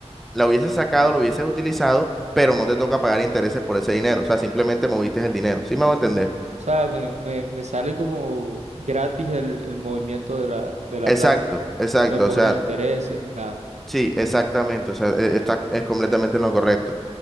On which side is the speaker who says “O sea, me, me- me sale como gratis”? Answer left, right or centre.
Right